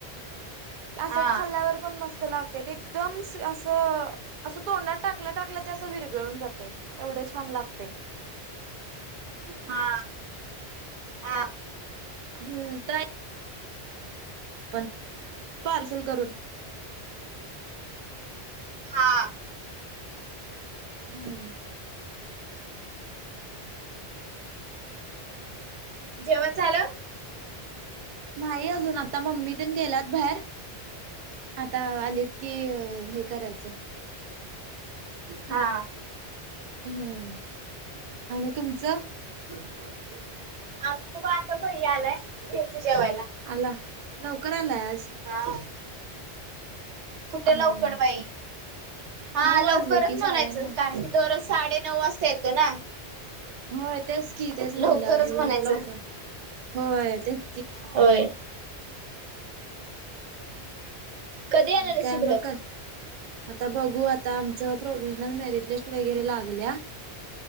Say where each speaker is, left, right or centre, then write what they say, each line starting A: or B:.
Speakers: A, on the right (about 55°); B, on the right (about 85°).
A: आसच
B: हा
A: खाल्ल्यावर पण मस्तं लागतंय. ते एकदमस असं असं तोंडात टाकल्या टाकल्या ते असं विरगळून जातय. एवढं छान लागतंय.
B: हा. हा
A: हम्म ड्राय पण पार्सल करून
B: हा
A: हम्म.
B: जेवण झालं?
A: न्हाई अजून आता मम्मी तेन गेल्यात भायेर, आता आलीत की अ हे करायचं.
B: हा.
A: हम् आणि तुमचं.
B: आमचं ब आता भय्या आलाय घेतु जेवायला.
A: आला लवकर आलाय आज.
B: हा. कुठं
A: हम्म
B: लवकर बाई, हा
A: नऊ वाजले
B: लवकरच
A: की साडेनऊ.
B: म्हणायचं कारण की दरोज साडे नऊ वाजता येतो ना.
A: होय तेच की तेच म्हणलं
B: लवकरच
A: आज ल
B: म्हणायचं.
A: लवकर होय तेच्
B: होय. कधी येणार
A: आणि
B: आहेस
A: काय
B: इकडं?
A: म क् आता बघू आता आमचं प्रोव्हजनल मेरिट लिस्ट वगैरे लागल्या